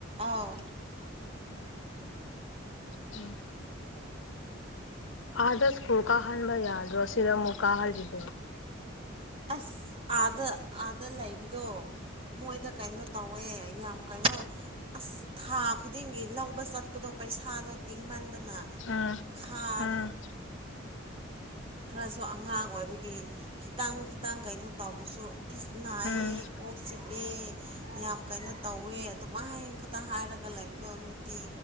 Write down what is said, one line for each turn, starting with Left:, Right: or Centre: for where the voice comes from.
Right: ꯑꯥꯎ
Left: ꯎꯝ ꯑꯗꯥ ꯁꯀꯨ꯭ꯜ ꯀꯥꯍꯟꯕ ꯌꯥꯗ꯭ꯔꯣ ꯁꯤꯗ ꯃꯨ ꯀꯥ ꯍꯥꯜꯂꯤꯗꯣ
Right: ꯑꯁ ꯑꯥꯗ ꯑꯥꯗ ꯂꯩꯕꯗꯣ ꯃꯣꯏꯗ ꯀꯩꯅꯣ ꯇꯧꯋꯦ ꯌꯥꯝ ꯀꯩꯅꯣ ꯑꯁ ꯊꯥ ꯈꯨꯗꯤꯡꯒꯤ ꯂꯧꯕ ꯆꯠꯄꯗꯣ ꯄꯩꯁꯥꯗꯣ ꯇ ꯇꯤꯡ ꯃꯟꯗꯅ
Left: ꯎꯝ
Right: ꯈꯥꯔꯦ
Left: ꯎꯝ
Right: ꯈꯔꯁꯨ ꯑꯉꯥꯡ ꯑꯣꯏꯕꯒꯤ ꯈꯤꯇꯪ ꯈꯤꯇꯪ ꯀꯩꯅꯣ ꯇꯧꯕꯁꯨ ꯑꯦꯁ ꯅꯥꯏꯑꯦ
Left: ꯎꯝ
Right: ꯀꯣꯛ ꯆꯤꯛꯑꯦ ꯌꯥꯝ ꯀꯩꯅꯣ ꯇꯧꯋꯦ ꯑꯗꯨꯃꯥꯏ ꯍꯌꯦꯡ ꯈꯛꯇ ꯍꯥꯏꯔꯒ ꯂꯥꯏꯔꯤꯝꯗꯣ ꯅꯨꯡꯇꯤ